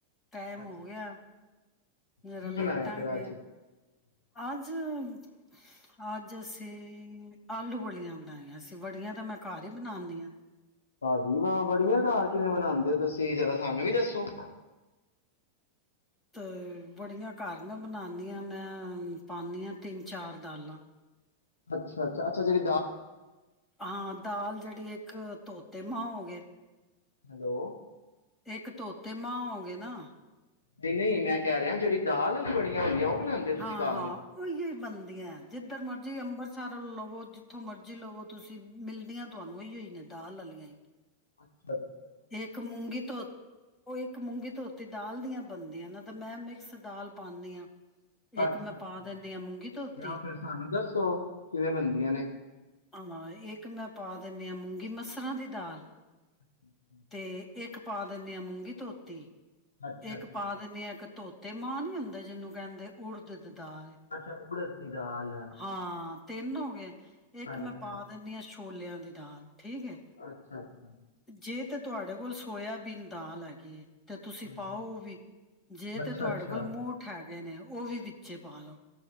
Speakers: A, on the left; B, on the left.
A: ਟਾਈਮ
B: ਅੱਛਾ
A: ਹੋ ਗਿਆ ਹੈ ਜਰਾ
B: ਕੀ
A: ਲੇਟਾਂਗੇ।
B: ਬਣਾਇਆ ਫੇਰ ਅੱਜ?
A: ਅੱਜ-ਅੱਜ ਅਸੀਂ ਆਲੂ ਫ਼ਲੀਆਂ ਬਣਾਈਆਂ ਸੀ। ਬੜੀਆਂ ਤਾਂ ਮੈਂ ਘਰ ਹੀ ਬਣਾਨੀ ਆ।
B: ਦੀਆ ਬੜੀਆ ਕਾਰ ਕਿਵੇਂ ਬਨਾਉਂਦੇ ਹੋ ਤੁਸੀਂ ਜਰਾ ਸਾਨੂੰ ਵੀ ਦੱਸੋ।
A: ਤੇ ਬੜੀਆਂ ਘਰ ਮੈਂ ਬਣਾਦੀ ਹਾਂ ਮੈਂ ਪਾਦੀ ਹਾਂ ਤਿੰਨ ਚਾਰ ਦਾਲਾਂ।
B: ਅੱਛਾ-ਅੱਛਾ-ਅੱਛਾ। ਜਿਹੜੀ ਦਾਲ
A: ਹਾਂ, ਦਾਲ ਜਿਹੜੀ ਇੱਕ ਤੋਤੇ ਮਾਂ ਹੋ ਗਏ
B: ਹੈਲੋ।
A: ਇੱਕ ਤੋਤੇ ਮਾਂ ਹੋ ਗਏ ਨਾ।
B: ਨਹੀਂ-ਨਹੀਂ। ਮੈਂ ਕਹਿ ਰਿਹਾ ਜਿਹੜੀ ਦਾਲ ਵਾਲੀ ਬੜੀਆਂ ਹੁੰਦੀਆਂ ਉਹ ਬਣਾਂਦੇ ਓ
A: ਹਾਂ,
B: ਤੁਸੀਂ ਘਰ?
A: ਹਾਂ, ਉਹੀ ਹੀ ਬਣਦੀਆਂ। ਜਿੱਧਰ ਮਰਜ਼ੀ ਅੰਬਰਸਰ ਲਵੋ ਜਿੱਥੋਂ ਮਰਜ਼ੀ ਲਵੋ ਤੁਸੀਂ ਮਿਲਦੀਆਂ ਤੁਹਾਨੂੰ ਹੀੋ ਹੀ ਨੇ ਦਾਲ ਲੈ ਲਈਆਂ ਹੀ।
B: ਅੱਛਾ।
A: ਇੱਕ ਮੂੰਗੀ ਧੋਤੀ, ਉਹ ਇੱਕ ਮੂੰਗੀ ਧੋਤੀ ਦਾਲ ਦੀਆਂ ਬਣਦੀਆਂ ਨਾ ਅਤੇ ਮੈਂ ਮਿਕਸ ਦਾਲ ਪਾਉਂਦੀ ਹਾਂ। ਇੱਕ
B: ਅੱਛਾ-ਅੱਛਾ
A: ਮੈਂ ਪਾ ਦਿੰਦੀ ਹਾਂ ਮੂੰਗੀ ਧੋਤੀ,
B: ਜਾਂ ਫਿਰ ਸਾਨੂੰ ਦੱਸੋ ਕਿਵੇਂ ਬਣਦੀਆਂ ਨੇ?
A: ਹਾਂ ਇੱਕ ਮੈਂ ਪਾ ਜਿਵੇਂ ਹਾਂ ਮੂੰਗੀ ਮਸਰਾਂ ਦੀ ਦਾਲ
B: ਅੱਛਾ।
A: ਤੇ ਇੱਕ ਪਾ ਦਿੰਦੇ ਹਾਂ ਮੂੰਗੀ ਧੋਤੀ
B: ਅੱਛਾ-ਅੱਛਾ,
A: ਇੱਕ ਪਾ ਦਿੰਦੇ ਹਾਂ ਇੱਕ ਧੋਤੀ ਤੇ ਮਾਂ ਨੀ ਹੁੰਦਾ ਜਿਹਨੂੰ ਕਹਿੰਦੇ ਉਡ ਦੀ ਦਾਲ।
B: ਅੱਛਾ ਅੱਛਾ ਉੜਦ ਦੀ ਦਾਲ
A: ਹਾਂ। ਤਿੰਨ ਹੋ ਗਏ? ਇੱਕ
B: ਹਾਂਜੀ-ਹਾਂਜੀ,
A: ਮੈਂ ਪਾ ਦਿੰਨੀਦੀ ਹਾਂ ਛੋਲਿਆਂ ਦੀ ਦਾਲ। ਠੀਕ ਹੈ
B: ਅੱਛਾ-ਅੱਛਾ,
A: ਜੇ ਤੇ ਤੁਹਾਡੇ ਕੋਲ ਸੋਇਆਬੀਨ ਦਾਲ ਹੈਗੀ? ਤੇ ਤੁਸੀਂ
B: ਹਾਂਜੀ।
A: ਪਾਓ ਉਹ ਵੀ, ਜੇ
B: ਅੱਛਾ-ਅੱਛਾ,
A: ਤੇ ਤੁਹਾਡੇ ਕੋਲ ਮੋਠ ਹੈ? ਹੈਗੇ ਨੇ ਉਹ ਵੀ ਵਿੱਚੇ ਪਾ ਲਓ